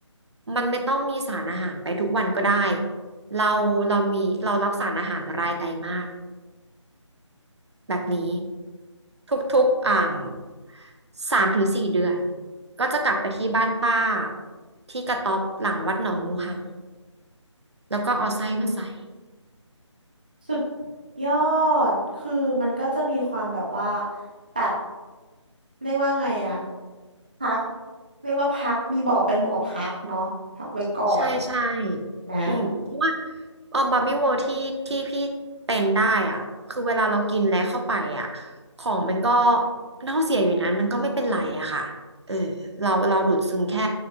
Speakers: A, on the right; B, on the right.
A: มันไม่ต้องมีสารอาหารไปทุกวันก็ได้ เราเรามีเรารับสารอาหารรายไตรมาสแบบนี้ทุกๆอ่ำสามถึงสี่เดือนก็จะกลับไปที่บ้านป้าที่กระต๊อบหลังวัดหนองงูเห่า แล้วก็เอาไส้มาใส่
B: อ่า สุดยอดคือมันก็จะมีความแบบว่าแบบเรียกว่าไงอะพักเรียกว่าพักมีบ่อเป็นบ่อพักเนาะพักไว้ก่อน
A: ใช่ใช่
B: นะ
A: อืมเพราะว่าเออบาร์บี้เวิลด์ที่ที่พี่เป็นได้อ่ะคือเวลาเรากินแล้วเข้าไปอ่ะของมันก็เน่าเสียอยู่นั้นมันก็ไม่เป็นไรอะค่ะเออเราเราดูดซึมแค่